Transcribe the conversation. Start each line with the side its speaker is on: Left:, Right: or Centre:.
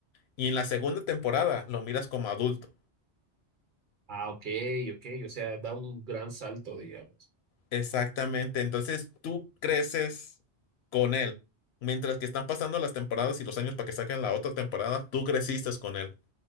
Left: y en la segunda temporada lo miras como adulto.
Right: Ah, ok, ok. O sea, da un gran salto, digamos.
Left: Exactamente, entonces tú creces con él. Mientras que están pasando las temporadas y los años para que saquen la otra temporada, tú creciste con él.